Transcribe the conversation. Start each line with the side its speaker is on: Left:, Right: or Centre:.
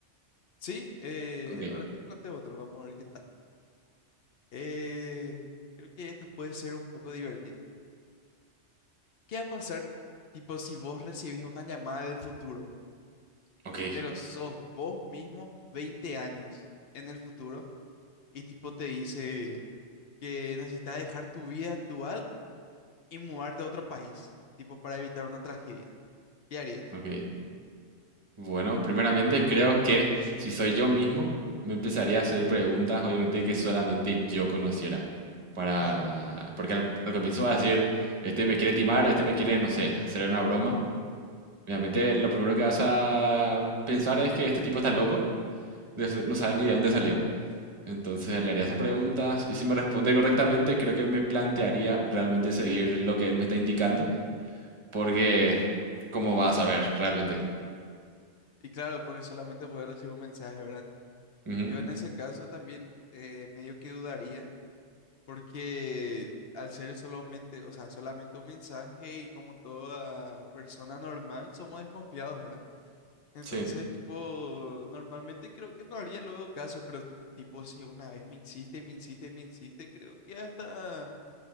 Left: Sí, eh,
Right: Ok,
Left: ahora te planteo otro. Vamos a ver qué tal. Eh, creo que esta puede ser un poco divertida. ¿Qué va a pasar, tipo, si vos recibís una llamada del futuro,
Right: ok,
Left: pero sos vos mismo 20 años en el futuro? y tipo te dice que necesitas dejar tu vida actual y mudarte a otro país, tipo para evitar una tragedia. ¿Qué harías?
Right: ok. Bueno, primeramente creo que si soy yo mismo, me empezaría a hacer preguntas, obviamente, que solamente yo conociera. Para...
Left: Claro.
Right: Porque al, al comienzo vas a decir, este me quiere timar, este me quiere, no sé, hacer una broma. Obviamente, lo primero que vas a pensar es que este tipo está loco, no sa- no sabe ni de dónde salió. Entonces le haría esas preguntas y si me responde correctamente, creo que me plantearía realmente seguir lo que él me está indicando, porque ¿cómo vas a saber realmente?
Left: Y claro, porque solamente puedes recibir un mensaje, ¿verdad?
Right: Ujú,
Left: Yo en ese caso también eh, medio que dudaría, porque al ser solamente, o sea, solamente un mensaje y como toda persona normal, somos desconfiados, ¿verdad? Entonces,
Right: Sí,
Left: tipo, normalmente creo que no haría luego caso, pero tipo, si una vez me insiste y me insiste y me insiste, creo que hasta